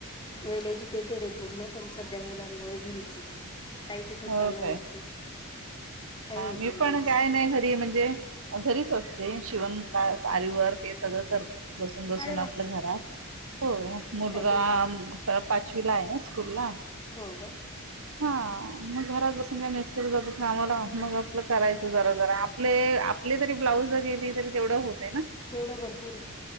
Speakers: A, on the left; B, on the right.
A: वेल एज्युकेटेड आहे पूर्ण पण सध्या मुलांमुळे घरीच काही कुठच
B: हो
A: जाणं होत
B: काय
A: नाही काही होत
B: मी
A: नाही
B: पण
A: काहीच
B: काय नाही घरी म्हणजे घरीच असते शिवण त आर वर्क हे सगळं करते बसून बसून
A: अरे वा
B: आपल्या घरात हो मुलगा
A: काहीतरी करा
B: पाचवी ला आहे ना स्कूल ला
A: हो का
B: हा मग घरात बसून काय मिस्तर जातात ना आमला मग आपलं करायचं जरा जरा आपले कले तरी ब्लाउज गेली तरी तेवढं होतं ना
A: तेवढं भरपूर आहे